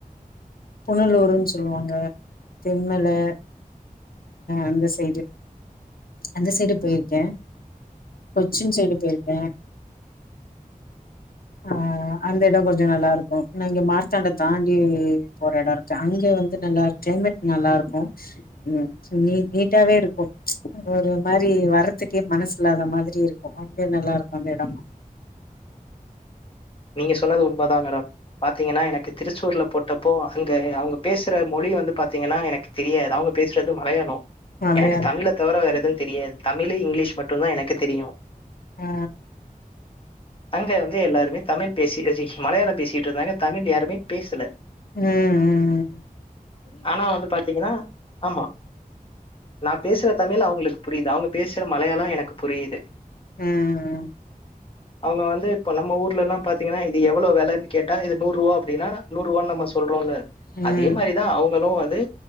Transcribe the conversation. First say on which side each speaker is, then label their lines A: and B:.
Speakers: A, on the left; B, on the left.
A: புனலூருன் சொல்வாங்க தெம்மலு அந்த சைடு அந்த சைடு போயிருக்கே கொச்சின் சைடு போயிருக்கே ஆ அந்த எடோ கொஞ்சோ நல்லா இருக்கு நா இங்க மார்த்தாண்ட தாண்டி போற எடோ இருக் க அங்க வந்து நல்லா இரு கிளைமேட் நல்லா இருக்கு ம் நீ நீட்டாவே இருக்கு ஒரு மாரி வரத்துக்கே மனஸ் இல்லாத மாதிரி இருக்கு அங்க நல்லா இருக்கு அந்த எடமு
B: நீங்க சொன்னது உண்மதா மேடம் பாத்தீங்கன்னா எனக்கு திருச்சூர்ல போட்டப்போ அங்க அவுங்க பேசுற மொழி வந்து பாத்தீங்கன்னா எனக்கு தெரியாது அவுங்க பேசுறது மலையாளோ
A: மலையா
B: எனக்கு தமிழ தவட வேற எது தெரியாது தமிலு இங்கிலீஷ் மட்டுந்தா எனக்கு தெரியு
A: ஆ
B: அங்க வந்து எல்லாருமே தமில் பேசி அ ச்சி மலையாளம் பேசிட்டு இருந்தாங்க தமிழ் யாருமே பேசல
A: ம் ம்
B: ஆனா வந்து பாத்தீங்கன்னா ஆமா நா பேசுற தமிழ் அவுங்ளுக் புரியுது அவுங்க பேசுற மலையாளோ எனக்கு புரியுது
A: ம்
B: அவுங்க வந்து இப்ப நம்ம ஊர்லல்லாம் பாத்தீங்கன்னா இது எவ்ளோ வெலன் கேட்டா இது நூரூவா அப்டின்னானா நூரூவான் நம்ம சொல்றோல்ல
A: ம்
B: அதே மாரிதா அவுங்களு வந்து